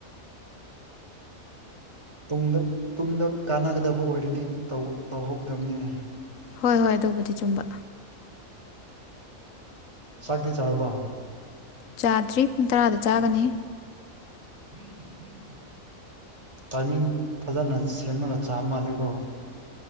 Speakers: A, on the right (about 20°); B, on the left (about 70°).
A: ꯇꯨꯡꯗ ꯇꯨꯡꯗ ꯀꯥꯟꯅꯒꯗꯕ ꯑꯣꯏꯔꯗꯤ ꯇꯧ ꯇꯧꯍꯧꯗꯕꯅꯤꯅꯦ
B: ꯍꯣꯏ ꯍꯣꯏ ꯑꯗꯨꯕꯨꯗꯤ ꯆꯨꯝꯕ
A: ꯆꯥꯛꯇꯤ ꯆꯥꯔꯕ
B: ꯆꯥꯗ꯭ꯔꯤ ꯄꯨꯡ ꯇꯔꯥꯗ ꯆꯥꯒꯅꯤ
A: <unintelligible> ꯇꯥꯏꯃꯤꯡ ꯐꯖꯅ ꯁꯦꯝꯃꯒ ꯆꯥ ꯃꯥꯜꯂꯦꯀꯣ